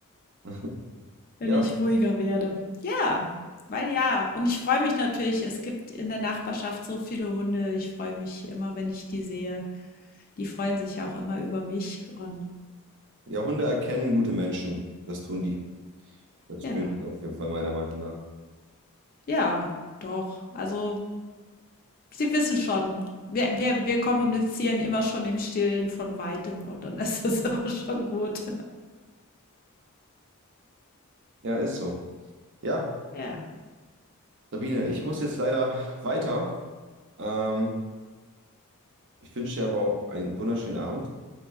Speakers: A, on the right; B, on the left.
A: <laughs>
B: wenn ich
A: Ja,
B: ruhiger werde. Ja, weil ja. Und ich freue mich natürlich, es gibt in der Nachbarschaft so viele Hunde. Ich freue mich immer, wenn ich die sehe. Die freuen sich auch immer über mich. Und
A: ja, Hunde erkennen gute Menschen. Das tun die. Das
B: Ja,
A: spüren sie auf jeden Fall meiner Meinung nach.
B: ja, doch. Also, sie wissen schon. Wir wir wir kommunizieren immer schon im Stillen von Weitem und dann ist das <laughs> immer schon gut.
A: Ja, ist so. Ja,
B: Ja,
A: Sabine, ich muss jetzt leider weiter. Ähm, ich wünsche dir aber auch einen wunderschönen Abend.